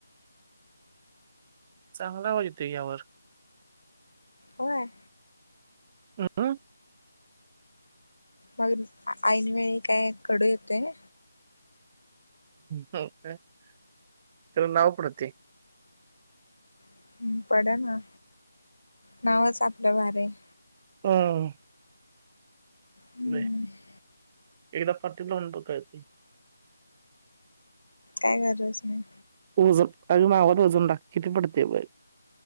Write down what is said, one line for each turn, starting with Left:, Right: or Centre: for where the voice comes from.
Right: चांगला आवाज येतोय की यावर.
Left: होय.
Right: <unintelligible>
Left: मग ऐनवेळी काय कडू येतोय.
Right: तेला नाव पडतय.
Left: <inaudible> ना नावच आपलं भारी हाय.
Right: हम्म. <unintelligible>
Left: हम्म काय करतोस मग.
Right: माझ्या नावात वजन टाक. किती पडतंय बग.